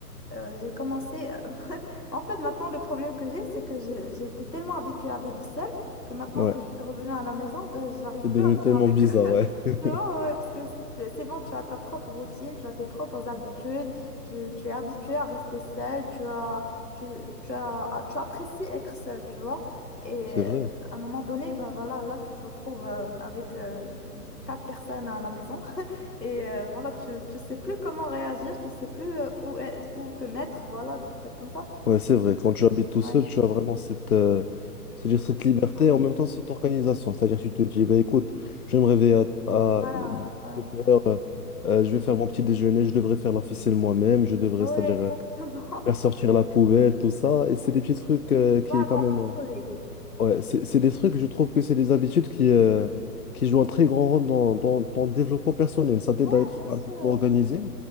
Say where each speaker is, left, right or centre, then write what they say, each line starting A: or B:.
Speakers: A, on the left (about 90°); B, on the left (about 65°).
A: Euh, j'ai commencé. <laughs> En fait, maintenant, le problème que j'ai, c'est que j'ai- j'étais tellement habituée à vivre seule que maintenant
B: Ouais,
A: que je suis revenue à la maison, ben, j'arrive
B: c'est
A: plus
B: devenu
A: à vivre
B: tellement
A: avec
B: bizarre,
A: eux. <laughs>
B: ouais. <laughs>
A: Tu vois, ouais, parce que c'est c'est bon, tu as ta propre routine, tu as tes propres habitudes, tu, tu es habituée à rester seule, tu as, tu, tu as, ah, tu apprécies être seule, tu vois. Et
B: C'est vrai.
A: à un moment donné, ben voilà, là, tu te retrouves euh, avec euh, quatre personnes à la maison. Et euh, voilà, tu, tu sais plus comment réagir, tu sais plus euh, où, est- où te mettre, voilà, des trucs comme ça.
B: Ouais, c'est vrai. Quand tu habites tout
A: Ouais,
B: seul, tu as vraiment cette, euh, c'est-à-dire
A: exactement.
B: cette liberté et en même temps cette organisation. C'est-à-dire que tu te dis, bah, écoute, je vais me réveiller à,
A: Voilà,
B: à
A: ouais.
B: 7 heures, euh, euh, je vais faire mon petit déjeuner, je devrais faire la ficelle moi-même, je devrais,
A: Ouais,
B: c'est-à-dire
A: exactement.
B: euh, faire
A: <laughs>
B: sortir la poubelle, tout ça. Et c'est
A: Ouais.
B: des petits trucs euh, qui,
A: Ouais, à
B: quand
A: ton
B: même,
A: propre rythme.
B: Ouais, c'est c'est des trucs, je trouve que c'est des habitudes qui, euh, qui jouent un très grand rôle dans, dans, dans le développement personnel. Ça t'aide
A: Ouais,
B: à être
A: bien
B: un
A: sûr.
B: peu plus organisé